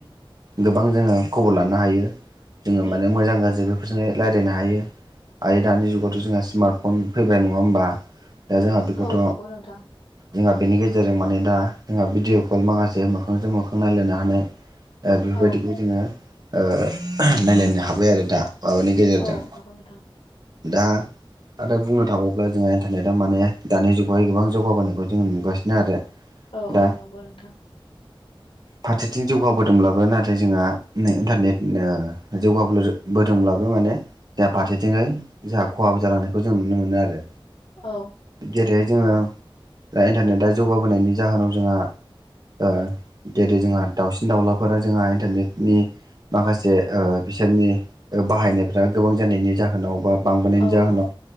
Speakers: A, on the right; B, on the left.
A: गोबां जोङो खबर लानो हायो जोङो
B: औ
A: माने मोजां गाज्रिबो बेफोरजोंनो रायज्लायनो हायो आरो दानि जुगावथ' जोंहा स्मार्टफन फैबाय नङा होमबा दा जोंहा बेखौथ'
B: औ नंगौ नोंथां
A: जोंहा बेनि गेजेरजों माने दा जोंहा भिडिअ' कल माखासे मोखांजों मोखां नायलायनो हानाय ओ बेफोरबायदिखौ
B: औ
A: जोङो ओ नायलायनो हाबाय आरो दा माबानि गेजेरजों
B: औ नंगौ नोंथां
A: दा आरो बुंनो थाङोब्ला जोंहा इन्टारनेटआ माने दानि जुगावाय गोबां जौगाबोनायखौ जोङो नुगासिनो आरो
B: औ
A: दा
B: औ नंगौ नोंथां
A: फारसेथिं जौगाबोदोंब्लाबो नाथाय जोंहा नेटइन्टारनेट ओ जौगाबबोदोंब्लाबो माने जोंहा फारसेथिंङै जोंहा खहाबो जालांनायखौ जों नुनो मोनो आरो
B: औ
A: जेरैहाय जोङो दा इन्टारनेटआ जौगाबोनायनि जाहोनाव जोंहा ओ जेरै जोंहा दाउसिन दाउलाफोरा जोंहा इन्टारनेट नि माखासे ओ बिसोरनि बाहायनायफ्रा गोबां जानायनि जाहोनाव बा बांबोनायनि
B: औ
A: जाहोनाव
B: औ